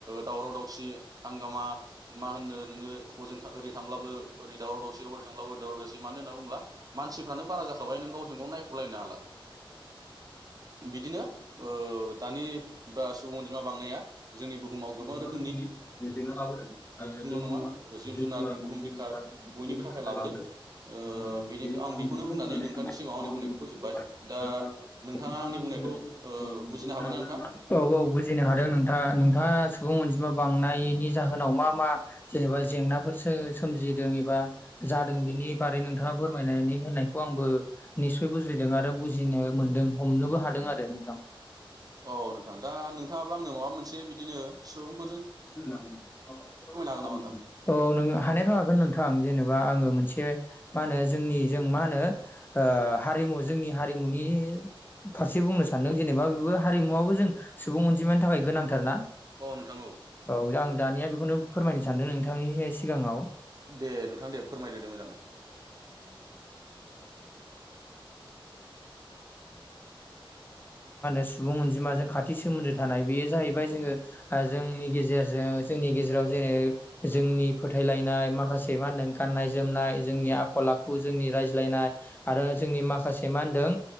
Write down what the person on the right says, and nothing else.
दावराव दाव हांगामा मा होननो नोङो हजों ओरै थांब्लाबो ओरै दावराव दावसि हओरै थांब्लाबो दावराव दावसि मानो होनना बुङोब्ला मानसिफ्रानो बारा जाखाबाय नों गावजों गाव नायख'लायनो हाला बिदिनो दानि बा सुबुं अनजिमा बांनाया जोंनि बुहुमाव गोबां रोखोम
नङा जिब जुनार बुहुम बिखा बयनिबो थाखाय लाबोदों ओ बेनि आं बेखौनो बुंनानै नोंथांनि सिगाङाव आंनि बुंनायखौ फोजोबबाय दा नोंथाङा आंनि बुंनायखौ ओ बुजिनो हाबायना नोंथां
औ नोंथां दा नोंथाङाबो आंनो माबा मोनसे बिदिनो सुबुं
हागोन नामा नोंथां
<unintelligible>
औ नोंथां
दे नोंथां दे फोरमायदो दे मोजाङै